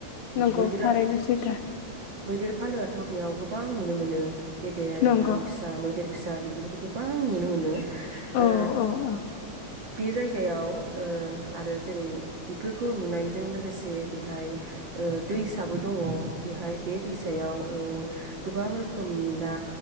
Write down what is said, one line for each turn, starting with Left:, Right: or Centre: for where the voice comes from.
Left: नंगौ
Right: मैदेराथ
Left: थारैनो सैथो
Right: मैदेर फालोआथ थ बेयाव गोबां नुनो मोनो। गेदेर
Left: नंगौ
Right: आरो मैदेर फिसा बेफोरखौथ गोबां नुनो मोनो। ओ
Left: औ औ औ
Right: बे जायगायाव ओ आरो जेरै बेफोरखौ नुनायजों लोगोसे बेहाय ओ दैसाबो दङ। बेहाय बे दैसायाव ओ गोबां रोखोमनि ना